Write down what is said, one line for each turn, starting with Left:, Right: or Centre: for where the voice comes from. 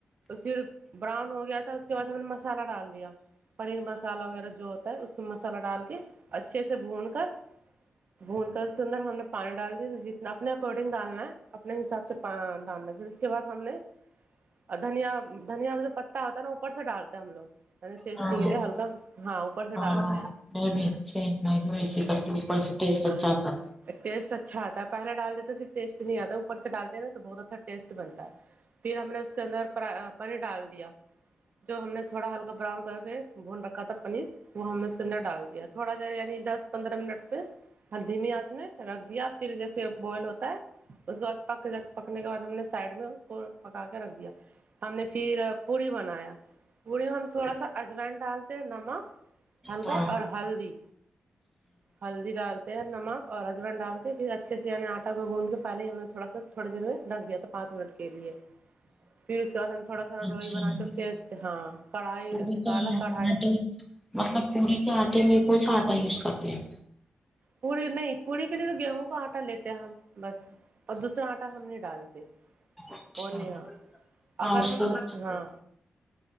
Right: پھر براؤن ہو گیا تھا اس کے بعد ہم نے مسالہ ڈال دیا پنیر مسالہ وغیرہ جو ہوتا ہے اس کو مسالہ ڈال کے اچھے سے بھون کر بھون کر اس کے اندر ہم نے پانی ڈال دی جتنا اپنے اکارڈنگ ڈالنا ہے اپنے حساب سے ڈالنا ہےپا پھر اس کے بعد ہم نے اور دھنیا دھنیا میں جو پتا ہوتا ہے نا اوپر سے ڈالتے ہیں ہم لوگ نی ٹیسٹ
Centre: ہاں
Right: کے
Centre: ہاں
Right: لے ہلکا ہاں اوپر سے ڈالتے
Centre: ہاں
Right: ہیں
Centre: میں بھی وسے کرتی ہوں اوپر سے ٹیسٹ اچھا
Right: ہ <unintelligible>
Centre: آتا
Right: ٹیسٹ اچھا آتا ہے پہلے ڈال دیتے پھر ٹیسٹ نہیں آتا اوپر سے ڈالتے ہیں نا تو بہت اچھا ٹیسٹ بنتا ہے پھر ہم نے اس کے اندر پانی ڈال دیا جو ہم نے تھوڑا ہلکا براؤن کر کے بھون رکھا تھا پنیر وہ ہم نے اس کے اندر ڈال دیا تھوڑا دیر یعنی دس پندرہ منٹ پہ ہلدی م آچ میں رکھ دیا پھر جیسے بوائل ہوتا ہے اس کے بعد پک پکنے کے بعد ہم نے سائڈ میں اس کو پکا کے رکھ دیا ہم نے پھر پوڑی بنایا پوڑی میں
Centre: ہے
Right: ہم تھوڑا سا اجوائن ڈالتے نمک ہلکا
Centre: ہاں
Right: اور ہلدی ہلدی ڈالتے نمک اور اجوأن ڈال کے پھر اچھے سے ینی آٹا کو گوند کے پہلے ہم نے تھوڑ سا تھوڑی دیر میں رکھ دیا تھا پانچ منٹ کے لیے پھر اس کے بعد تھوڑا تھوڑا
Centre: اچھا
Right: لوئی بنا کے اس کے ہاں کڑھائی
Centre: پوری
Right: نکالا
Centre: کا آٹے
Right: کڑھائی
Centre: مطلب پوری کے آٹے میں کون سا آٹا یوز کرتے ہیں
Right: پوری نہیں پوری کے لیے تو گیہوں کا آٹا لیتے ہیں ہم بس اور دوسرا آٹا ہم نہیں ڈالتے
Centre: اچھا
Right: بلیے ہاں
Centre: ہاں
Right: اگر
Centre: اس
Right: ہم
Centre: سے
Right: دوس ہاں